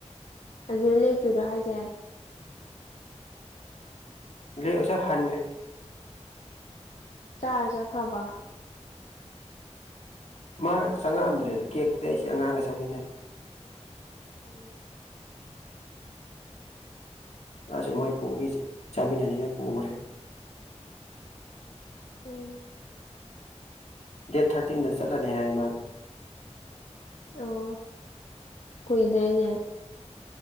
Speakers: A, on the left; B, on the left.
A: ꯑꯗꯨꯗ ꯂꯦꯛꯇꯣꯏꯔꯣ ꯍꯥꯏꯁꯦ
B: ꯂꯦꯛꯑꯣꯏꯁꯦ ꯍꯟꯈ꯭ꯔꯦ
A: ꯆꯥꯔ ꯆꯠꯈ꯭ꯔꯕ
B: ꯃꯥ ꯆꯪꯉꯛꯑꯝꯗ꯭ꯔꯦꯗ ꯀꯦꯛꯇꯨꯗꯤ ꯑꯩꯁꯦ ꯑꯆꯥꯡꯒ ꯆꯥꯃꯤꯟꯅꯔꯦ
A: ꯎꯝ
B: ꯃꯥꯁꯨ ꯃꯣꯏ ꯄꯨꯒꯤꯁꯨ ꯆꯥꯃꯤꯟꯅꯅꯤꯅ ꯄꯨꯈꯔꯦ
A: ꯎꯝ
B: ꯗꯦꯠ ꯊꯥꯔꯇꯤꯟꯗ ꯆꯠꯂꯅꯤ ꯍꯥꯏ ꯃꯥ
A: ꯑꯣ ꯀꯨꯏꯗꯔꯦꯅꯦ